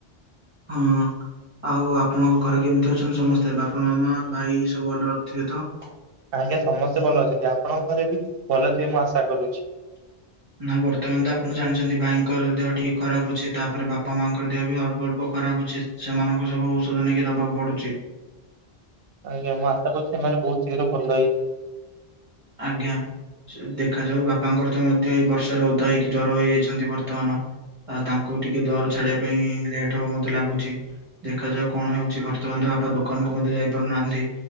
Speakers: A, on the right; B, on the right.
A: ହୁଁ। ଆଉ ଆପଣଙ୍କ ଘରେ କେମିତି ଅଛନ୍ତି ସମସ୍ତେ। ବାପା ମାମା ଭାଇ ସବୁ ଭଲ ଥିବେ ତ।
B: ଆଜ୍ଞା ସମସ୍ତେ ଭଲ ଅଛନ୍ତି। ଆପଣଙ୍କ ଘରେ ବି ଭଲ ଥିବେ ମୁଁ ଆଶା କରୁଛି।
A: ନା ବର୍ତ୍ତମାନ ତ ଆପଣ ଜାଣିଛନ୍ତି ଭାଇଙ୍କର ଦେହ ଟିକେ ଖରାପ ଅଛି। ତାପରେ ବାପା ମାଙ୍କର ଦେହ ବି ଅଳ୍ପ ଅଳ୍ପ ଖରାପ ଅଛି। ସେମାନଙ୍କୁ ସବୁ ଔଷଧ ନେଇକି ଦବାକୁ ପଡୁଛି।
B: ଆଜ୍ଞା ମୁଁ ଆଶା କରୁଛି ସେମାନେ ବହୁତ ଶୀଘ୍ର ଭଲ ହେଇଯିବେ।
A: ଆଜ୍ଞା। ଦେଖାଯାଉ ବାପାଙ୍କର ତ ମଧ୍ୟ ଏଇ ବର୍ଷାରେ ଓଧା ହେଇକି ଜ୍ଵର ହେଇଯାଇଛନ୍ତି ବର୍ତ୍ତମାନ। ଆଉ ତାଙ୍କୁ ଟିକେ ଦର ଛାଡିବା ପାଇଁ ଲେଟ୍ ହବ ମତେ ଲାଗୁଛି। ଦେଖାଯାଉ କଣ ହଉଛି? ବର୍ତ୍ତମାନ ତ ବାପା ଦୋକାନକୁ ମଧ୍ୟ ଯାଇ ପାରୁନାହାନ୍ତି।